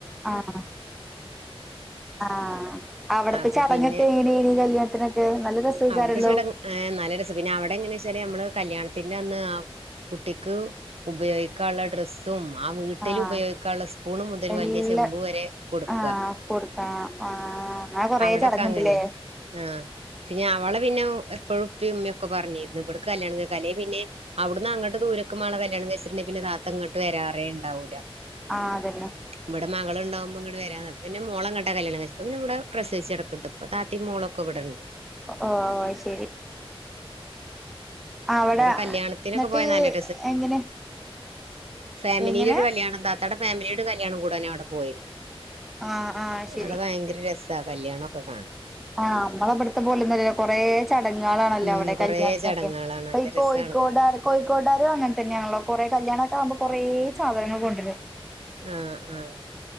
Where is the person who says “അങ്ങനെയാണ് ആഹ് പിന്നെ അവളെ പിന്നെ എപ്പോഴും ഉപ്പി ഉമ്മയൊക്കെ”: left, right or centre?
Right